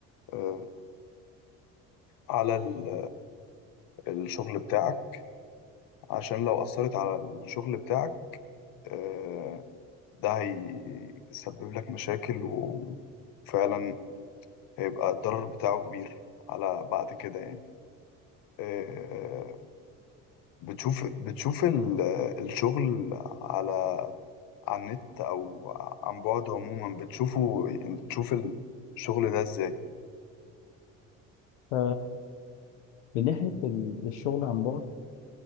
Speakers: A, on the left (about 65°); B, on the left (about 80°).
A: آه، على ال- الشغل بتاعك عشان لو أثرت على الشغل بتاعك آه، ده هيسبب لك مشاكل وفعلا هيبقى الضرر بتاعه كبير على بعد كده يعني آه، بتشوف بتشوف ال- الشغل على على النت أو عن بعد عموما بتشوفه يعني بتشوف الشغل ده إزاي
B: ف- من ناحيه ال- الشغل عن بعد